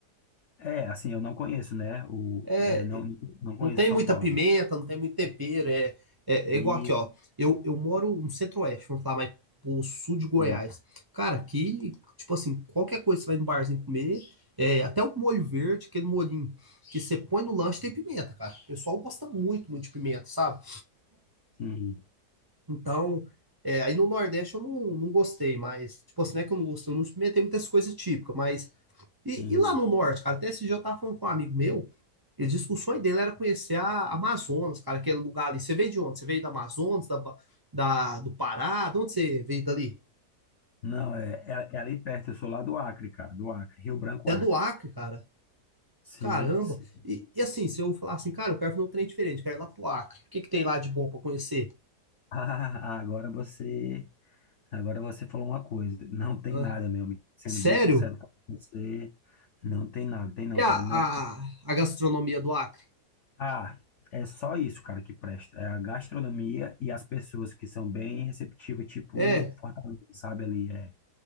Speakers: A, on the left (about 60°); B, on the right (about 35°).
A: É, assim, eu não conheço, né? O,
B: É,
A: é, não, não conheço
B: Não tem
A: São
B: muita
A: Paulo.
B: pimenta, não tem muito tempero. É, é,
A: E,
B: é igual aqui, ó. Eu, eu moro no centro-oeste, vamos falar, mas pro sul de Goiás.
A: sim,
B: Cara, aqui, tipo assim, qualquer coisa que você vai no barzinho comer, é, até o molho verde, aquele molhinho que você põe no lanche, tem pimenta, cara. O pessoal gosta muito, muito de pimenta, sabe?
A: sim.
B: Então, é, aí no Nordeste eu não, não gostei, mas, tipo assim, não é que eu não gostei, eu não experimentei muitas coisas típicas, mas e,
A: Sim.
B: e lá no norte, cara, até esse dia eu tava falando com um amigo meu, ele disse que o sonho dele era conhecer a Amazonas, cara, aquele lugar ali. Você veio de onde? Você veio da Amazonas, da, Ba- da- do Pará? De onde você veio dali?
A: Não, é, é, é ali perto, eu sou lá do Acre, cara, do Acre, Rio Branco,
B: Até
A: Acre.
B: do Acre, cara.
A: Sim,
B: Caramba.
A: sim.
B: E,
A: <laughs>
B: e assim, se eu falar assim, cara, eu quero fazer um trem diferente, quero ir lá pro Acre. O que que tem lá de bom pra conhecer?
A: Ah, agora você, agora você falou uma coisa. Não tem
B: Hã?
A: nada, meu amigo. Sendo
B: sério?
A: bem sincero com você, não tem nada, tem não,
B: E a,
A: cara. Não.
B: a, a gastronomia do Acre?
A: Ah, é só isso, cara, que presta. É a gastronomia e as pessoas que são bem receptivas, tipo
B: É?
A: Fortaleza, sabe ali, é.